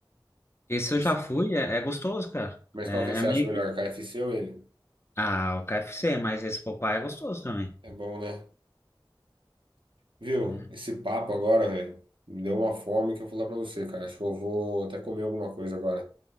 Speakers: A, on the left; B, on the right.
A: esse
B: Esse-
A: eu já fui, é, é gostoso, cara.
B: Mas
A: É,
B: qual que você
A: é meio
B: acha melhor,
A: que.
B: KFC ou ele?
A: Ah, o KFC, mas esse Popeye é gostoso também.
B: É bom, né? Viu?
A: né?
B: Esse papo agora, velho, me deu uma fome que eu vou falar pra você, cara. Acho que eu vou até comer alguma coisa agora.